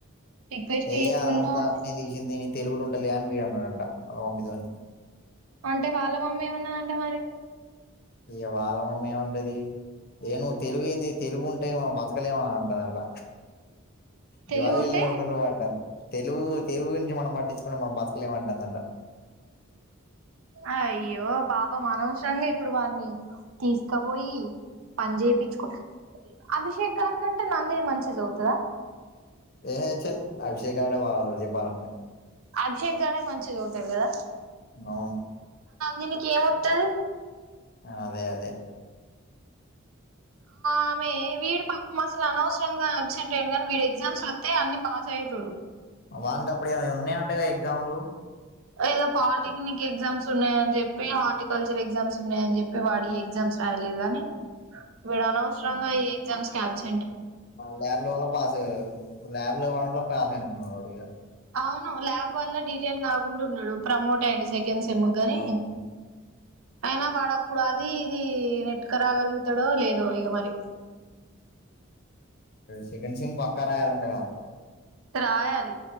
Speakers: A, on the right; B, on the left.
A: రిక్వెస్ట్
B: ఏ
A: చేసిండు
B: అదంతా
A: అంటే
B: అట్నే తీషిన్ది నే తెలిగుల ఉంటలుగా అని వీడు అన్నాడు అంట వళ్ళ మమ్మీ తో నీ
A: అంటే వాళ్ళ అమ్మ ఏం అన్నాదంట మరి
B: ఇగ వాళ్ళ మమ్మీ ఏమంటది ఏ ను్వు తెలుగు ఏంది తెలుగు ఉంటే ఏమో బతకలేమ అని అంటదట
A: తెలివి
B: జ్వాలి
A: ఉంటే
B: లే ఉంటున వాటంతుక్ తెలుగు తెలుగు గురించి మనం పట్టించుకుంటే మన బతుకలేం అంటందండి
A: అయ్యో పాప మనవస్రంగా ఇప్పుడు వాని తీసుకబోయి పని చేయిచ్చుకుట అభిషేక్ గానికంటే నందినే మంచి జదువుతద
B: ఏహె చల్ అభిషే గాడే బాగా చదువు చెప్పాలంటే
A: అభిషేక్ గాడే మంచిగ చదువుతడు గదా
B: అవును
A: దీనికి ఏం అతంది
B: అదే అదే
A: ఆమె వీడు పాపం అసలు అనవసరంగా అబ్సెంట్ అయ్యాను గానీ వీడు ఎగ్జామ్స్ రాతే అన్ని పాస్ అయ్యేటోడు
B: వానికప్పుడు ఏమో ఉన్నాయంట గద ఎగ్జామ్లు
A: ఏదో పాలిటెక్నిక్ ఎగ్జామ్స్ ఉన్నాయని జెప్పి హార్టికల్చర్ ఎగ్జామ్స్ ఉన్నాయని జెప్పి వాడు ఈ ఎగ్జామ్స్ రాయలేదు గాని వీడు అనవసరంగా ఈ ఎగ్జామ్స్ క్యాబ్స్
B: ల్యాబ్ లో వల్ల పాస్ అయ్యాడు లాబ్ ల దాంట్లో పాసయినటునాడు వాడిగ
A: అవును ల్యాబ్ వల్ల డీటైన్ గాకుండా ఉన్నడు ప్రమోట్ అయ్యిండు సెకండ్ సమ్ముగాని
B: రాముడు
A: అయినా వాడప్పుడు అది ఇది నెట్టుకు రాగలుగుతాడో లేదో ఇగ మరి
B: సెకండ్ సెమ్ పక్క రాయాలంటగ
A: రాయాలి